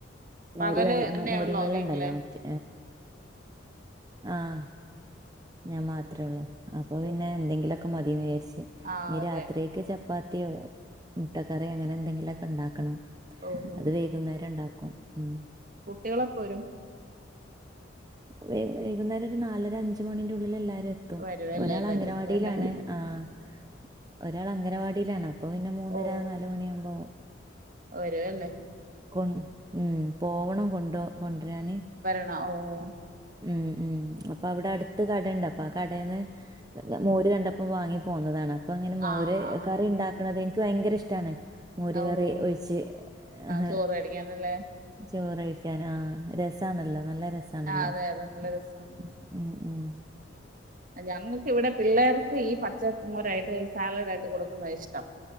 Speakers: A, on the right; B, on the right.
A: മോര്
B: പകല്
A: വെള്ള
B: തന്നെയുള്ളോ
A: മോരും വെള്ളംണ്ടല്ലോ
B: വീട്ടില്
A: മറ്റേ ആഹ് ഞാൻ മാത്രേള്ളൂ അപ്പൊ പിന്നെ
B: ഓഹ്
A: എന്തെങ്കിലുമൊക്കെ മതിന്ന് വിചാരിച്ച്
B: ആഹ്
A: ഇ
B: അതെ
A: രാത്രി. ചപ്പാത്തിയോ മുട്ടക്കറിയോ അങ്ങനെ എന്തെങ്കിലും ഒക്കെ ഉണ്ടക്കണം
B: ഓഹ് ഓഹ്
A: അത് വൈകുന്നേരം ഉണ്ടാക്കും ഉം
B: കുട്ടികളെപ്പോവരും
A: വ വൈകുന്നേരം ഒരു നാലര അഞ്ച ' മണിന്റെ ഉള്ളിൽ എല്ലാവാരും എതു തും
B: വരുവല്ലേ
A: ഒരാൾ
B: എല്ലാരും
A: അംഗനവാടിയിലാണ്
B: ഇപ്പ അല്ലേ
A: ആഹ് ഒരാൾ അംഗനവാടിയിലാണ് അപ്പൊ പിന്നെ മൂന്നര
B: ഓ
A: നാല് മണിയാകുമ്പോ.
B: വരുവല്ലേ
A: കൊ ഉം പോവണം കൊണ്ട കൊണ്ട്രാന്
B: ന്നഓഹ്
A: ഉം ഉം അപ്പൊ അവിടെ അടുത്ത് കട ഉണ്ട് അപ്പൊ ആ കടേന്ന്. മോര് കണ്ടപ്പോം വാങ്ങി പോുന്നതാണ് അപ്പ അങ്ങനെ മോര്
B: ആഹ് ആഹ്
A: കറി ഉണ്ടാക്കണത് എനിക്ക് ഭയങ്കര ഇഷ്ടമാണ്. മോരുകറി
B: ഓഹോ
A: ഒഴിച്ച് ആഹ്
B: ചോറ് കഴിക്കാനല്ലേ
A: ചോറഴിക്കാൻ ആഹ് രസാണല്ലോ നല്ല. രസാണല്ലോ
B: ആഹ് അതെ അതെ നല്ല രസമാണ്.
A: ഉം ഉം
B: ഞങ്ങൾക്ക് ഇവിടെ പിള്ളേർക്ക് ഈ പച്ചമോരായിട്ട് ഈ സാലഡ് ആയിട്ട് കൊടുക്കുന്നതാണ്ഇഷ്ടം.